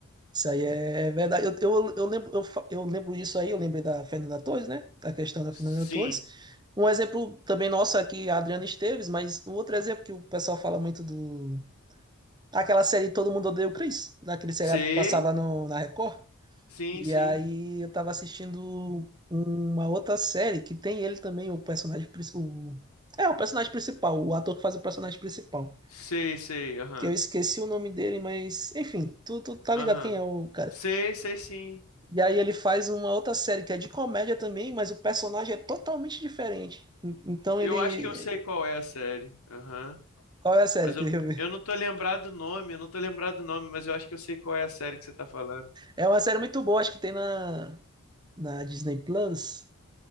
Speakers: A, on the right; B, on the left.
A: Isso aí é é verdade. Eu, eu, eu lembro, eu, fa- eu lembro isso aí, eu lembrei da Fernanda Torres, né? Da questão da
B: Sim,
A: Fernanda Torres. Um exemplo também nosso aqui, a Adriana Esteves, mas um outro exemplo que o pessoal fala muito do. Aquela série Todo Mundo Odeia o Chris, naquele seriado
B: sei,
A: que passava no, na Record.
B: sim,
A: E
B: sim,
A: aí eu tava assistindo uma outra série que tem ele também, o personagem principal. É, o personagem principal, o ator que faz o personagem principal.
B: sei, sei, aham.
A: Que eu esqueci o nome dele, mas enfim, tu, tu tá
B: Aham.
A: ligado quem é o cara.
B: Sei, sei sim.
A: E aí ele faz uma outra série que é de comédia também, mas o personagem é totalmente diferente. En- Então
B: Eu
A: ele.
B: acho que eu sei qual é a série. Aham.
A: Qual é a série?
B: Mas
A: que
B: eu,
A: eu ver.
B: eu não tô lembrado do nome, eu não tô lembrado do nome, mas eu acho que eu sei qual é a série que você tá falando.
A: É uma série muito boa, acho que tem na, na Disney Plus.